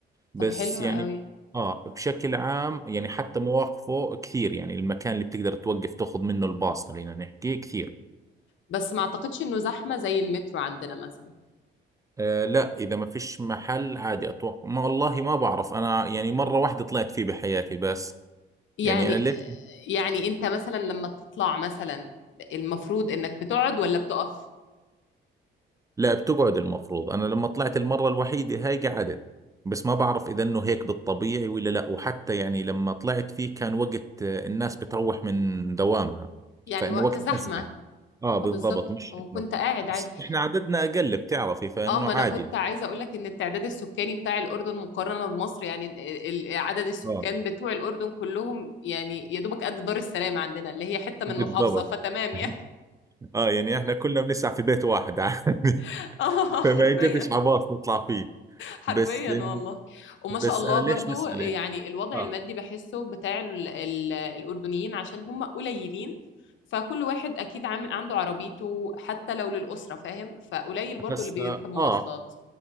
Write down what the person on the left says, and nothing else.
طب حلو
قوي
بس ما اعتقدش انه زحمه زي المترو عندنا مثلا
يعني
يعني انت مثلا لما بتطلع مثلا المفروض انك بتقعد ولا بتقف
يعني
وقت
زحمة
اه بالظبط
وكنت
قاعد عادي
اه ما
انا كنت عايزة اقول لك ان التعداد السكاني بتاع الاردن مقارنة بمصر يعني ال- ال- عدد السكان
بتوع الاردن كلهم يعني يا دوبك قد دار السلام عندنا اللي هي حتة من
محافظة فتمام
يعني
<laughs> اه
حرفيا
حرفيا
والله وما
شاء الله
برضو
يعني الوضع
المادي بحسه بتاع ال ال الأردنيين عشان هم قليلين فكل واحد أكيد عامل عنده عربيته حتى لو للأسرة فاهم فقليل برضو
اللي بيركب
مواصلات